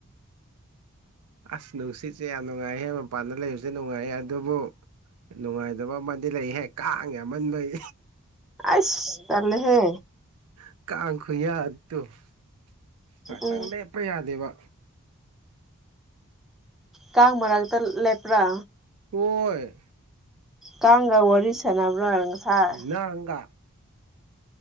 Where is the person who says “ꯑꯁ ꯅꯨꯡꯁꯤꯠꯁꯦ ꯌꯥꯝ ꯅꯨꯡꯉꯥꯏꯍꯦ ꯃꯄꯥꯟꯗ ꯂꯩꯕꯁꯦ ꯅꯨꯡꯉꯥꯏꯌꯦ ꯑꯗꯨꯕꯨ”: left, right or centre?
Right